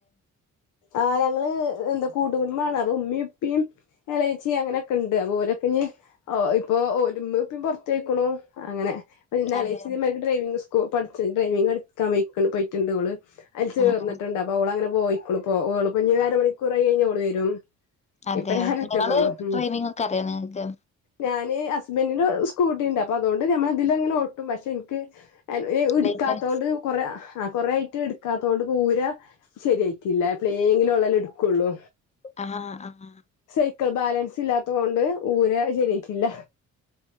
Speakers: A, on the left; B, on the left.
A: ആഹ് ഞങ്ങള് എന്താ കൂ ട്ട് കുടുംബാണ് അപ്പോ ഇമ്മിം ഇപ്പിം എളേച്ചി അങ്ങനെക്കെണ്ട് അപ്പൊ ഓലൊക്കഞ്ഞ് ഓഹ് ഇപ്പോ ഓലും ഇമ്മിം ഉപ്പിം പൊറ്ത്തോയ്ക്ക്ണു അങ്ങനെ <unintelligible> ഇന്നളേച്ചി
B: അതെയോ
A: <unintelligible> ഡ്രൈവിംഗ് സ്കു പഠ്ച്ച് ഡ്രൈവിംഗ് ഇട്ക്കാൻ പോയിക്ക്ണ് പോയിട്ട്ണ്ട് ഓള് അയില് ചേർന്ന്ട്ട്ണ്ട്
B: ആഹ് ആഹ്
A: അപ്പൊ ഓളങ്ങനെ പോയിക്ക്ണു ഇപ്പോ ഓള്പ്പഞ്ഞ് അര മണിക്കൂറായി കഴിഞ്ഞാ ഓള് വരും
B: അതെയോ
A: ഇപ്പൊ ഞാൻ
B: നിങ്ങള്
A: ഒറ്റക്കൊള്ളു ഉം
B: ഡ്രൈവിംങ്ങൊക്കെ അറിയോ നിങ്ങക്ക്
A: ഞാന് ഹസ്ബന്റിന്റെ സ്കൂട്ടിണ്ട് അപ്പൊ അതുകൊണ്ട് ഞമ്മളെ ഇതിലെങ്ങനെ ഓട്ടും പക്ഷേ ഇന്ക്ക് ഏഹ് ഈ ഇട്ക്കാത്തോണ്ട്
B: ലൈസൻസ്
A: കൊറേ ആഹ് കൊറേ ആയിട്ട് ഇട്ക്കാത്തോണ്ട്പ്പ ഊര ശരിയായിട്ടില്ല എപ്പളേങ്കിലു ഉള്ളേലോ ഇട്ക്കോള്ളൂ
B: ആഹ് ആഹ്
A: സൈക്കിൾ ബാലൻസ് ഇല്ലാത്ത കൊണ്ട് ഊര ശരിയായിട്ടില്ല